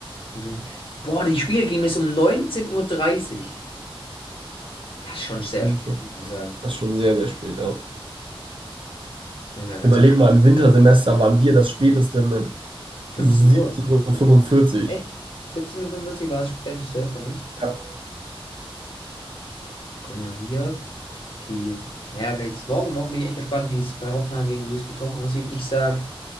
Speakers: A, on the left (about 65°); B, on the right (about 60°).
A: funktioniert. Boah, die Spiele gehen bis um 19.30 Uhr. dreißig. Das ist schon sehr
B: Das
A: spät,
B: ist ja-
A: muss man sagen.
B: das ist schon sehr, sehr spät, ja.
A: Muss ich mal ganz
B: Überleg
A: kurz.
B: mal, im Wintersemester waren wir das späteste mit
A: 15
B: 17.45
A: Uhr.
B: Uhr. fünfundvierzig.
A: Echt? 17.45 Uhr fünfundvierzig war das späteste von uns.
B: Ja.
A: Guck mal hier. Die. Ja, weil jetzt morgen, morgen bin ich echt gespannt, wie es bei Hoffenheim gegen Luis Beton aussieht. Ich sag,